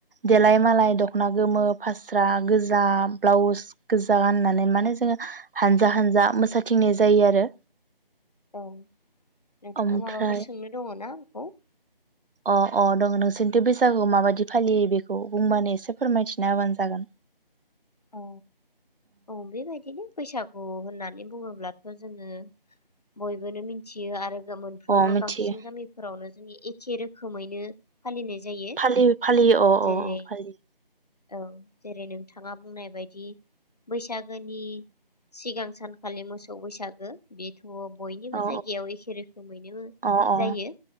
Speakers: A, on the right; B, on the left.
A: देलाय मालाय दखना गोमो फास्रा गोजा ब्लाउस गोजा गाननानै माने जोङो हानजा हानजा मोसाथिंनाय जायो आरो।
B: औ नोंथाङा
A: ओमफ्राय
B: माबाफोर सोंनो दङ ना? <unintelligible>
A: अ अ दङ नोंसोरनिथ बैसागुआव माबायदि फालियो बेखौ बुंबानो एसे फोरमायथिना होबानो जागोन।
B: औ औ बेबायदिनो बैसागु होननानै बुङोब्लाथ जोङो बयबोनो मिथियो आरो मोनफ्रोमबो
A: अ मिथियो
B: बांसिन गामिफोरावनो एखे रोखोमैनो फालिनाय जायो
A: फालियो फालियो अ
B: जेरै
A: अ अ फालियो।
B: औ जेरै नोंथाङा बुंनाय बायदि बैसाग गोनि सिगां सानखालि मोसौ बैसागो बे बयनिबो
A: औ
B: जायगायाव एखे रोखोमैनो
A: अ अ
B: जायो